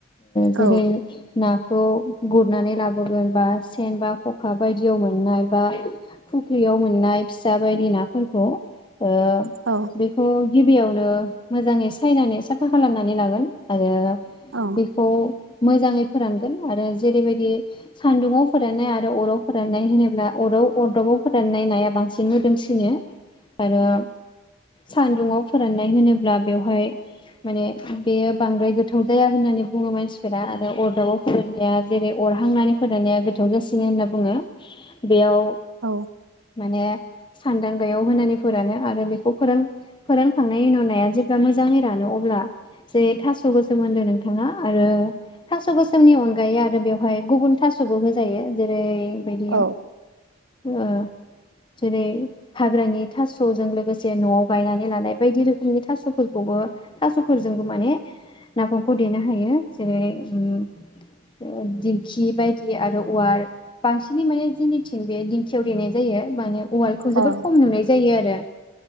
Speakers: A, on the left; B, on the right.
A: जेरै
B: औ
A: ना खौ गुरनानै लाबोगोन बा सेन बा खखा बायदियाव मोननाय बा फुख्रियाव मोननाय फिसा बायदि नाफोरखौ ओ
B: औ
A: बेखौ गिबियावनो मोजाङै सायनानै साफा खालामनानै लागोन आरो
B: औ
A: बेखौ मोजाङै फोरानगोन आरो जेरैबायदि सान्दुङाव फोराननाय आरो अराव फोराननाय होनोब्ला अराव अरदाबाव फोराननाय नाया बांसिन मोदोमसिनो। आरो सान्दुङाव फोराननाय होनोब्ला बेवहाय माने बेयो बांद्राय गोथाव जाया होननानै बुङो मानसिफोरा आरो अरदाबाव फोराननाया जेरै- अरहांनानै फोराननाया गोद थावजासिनो होनना बुङो। बेयाव
B: औ
A: माने सान्दांगायाव होनानै फोरानो आरो बेखौ फोरों फोरोंखांनायनि उनाव नाया जेब्ला मोजाङै रानो अब्ला जे थास' गोसोम होनदों नोंथाङा आरो थास' गोसोमनि अनगायै आरो बेवहाय गुबुन थास'बो होजायो जेरै- बेबायदि
B: औ
A: ओ जेरै- हाग्रानि थास'जों लोगोसे से न'आव गायनानै लानाय बायदि रोखोमनि थास'फोरखौबो थास'फोरजोंबो माने नाफामखौ देनो हायो जेरै- ओम ओ दिंखि बायदि आरो अवार बांसिनै माने जोंनिथिं बे दिंखियाव देनाय जायो माने उवालखौ
B: औ
A: जोबोद खम नुनाय जायो आरो।